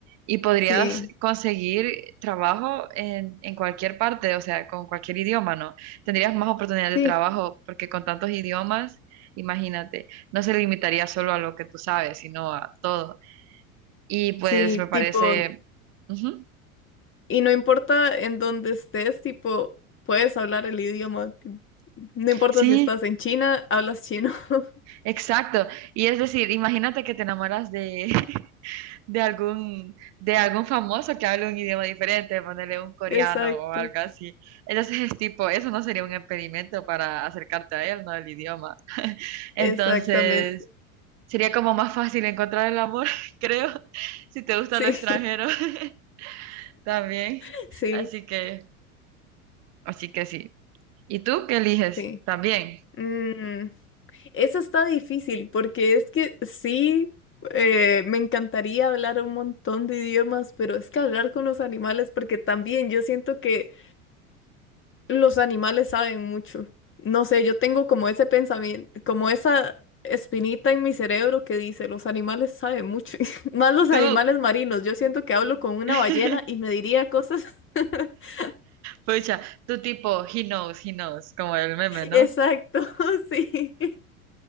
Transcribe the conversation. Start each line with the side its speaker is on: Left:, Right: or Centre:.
Right: Y podrías
Left: sí,
Right: conseguir trabajo en, en cualquier parte, o sea, con cualquier idioma, ¿no? Tendrías más oportunidades
Left: sí,
Right: de trabajo porque con tantos idiomas, imagínate, no se limitaría solo a lo que tú sabes, sino a todo. Y pues
Left: sí,
Right: me parece...
Left: tipo,
Right: ujú,
Left: y no importa en dónde estés, tipo, puedes hablar el idioma. No importa
Right: Sí,
Left: si estás en China, hablas chino. <laughs>
Right: exacto. Y es decir, imagínate que te enamoras de, <laughs> de algún, de algún famoso que hable un idioma diferente, ponerle un coreano
Left: Exacto,
Right: o algo así. Entonces es tipo, eso no sería un impedimento para acercarte a él, ¿no? El idioma. <laughs> Entonces
Left: exactamente.
Right: sería como más fácil encontrar el amor, <laughs> creo, si te gusta
Left: Sí,
Right: lo extranjero <laughs> también.
Left: <laughs> sí,
Right: Así que, así que sí. ¿Y tú qué eliges?
Left: sí.
Right: También.
Left: Mm, eso está difícil porque es que sí, eh, me encantaría hablar un montón de idiomas, pero es que hablar con los animales, porque también yo siento que Los animales saben mucho. No sé, yo tengo como ese pensamiento, como esa espinita en mi cerebro que dice, los animales saben mucho, <laughs> más los
Right: Tú,
Left: animales marinos. Yo siento que hablo con una
Right: <laughs>
Left: ballena y me diría cosas. <laughs>
Right: pucha, tú tipo, he knows, he knows, como el meme, ¿no?
Left: Exacto, <laughs> sí.